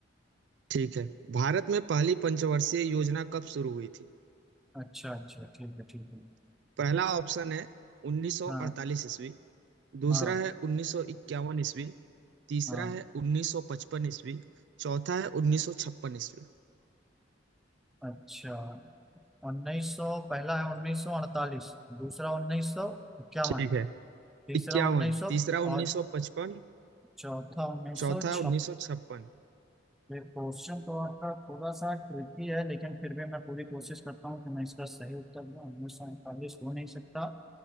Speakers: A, on the right (about 65°); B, in the centre.
A: ठीक है भारत में पहली पंचवर्षीय योजना कब शुरू हुई थी
B: अच्छा अच्छा ठीक है ठीक है
A: पहला ऑप्शन है 1948
B: हाँ
A: ईस्वी दूसरा
B: हाँ
A: है 1951 ईस्वी तीसरा
B: हाँ
A: है 1955 ईस्वी चौथा है 1956 ईस्वी
B: अच्छा उन्नीस सौ पहला है उन्नीस सौ अड़तालीस दूसरा उन्नीस सौ इक्यावन
A: ठीक है
B: तीसरा
A: इक्यावन
B: उन्नीस सौ
A: तीसरा 1955
B: और चौथा उन्नीस
A: चौथा
B: सौ छप्पन।
A: 1956
B: ये क्वेश्चन तो आपका थोड़ा सा ट्रिकी है लेकिन फिर भी मैं पूरी कोशिश करता हूँ कि मैं इसका सही उत्तर दूँ उन्नीस सौ अड़तालीस हो नहीं सकता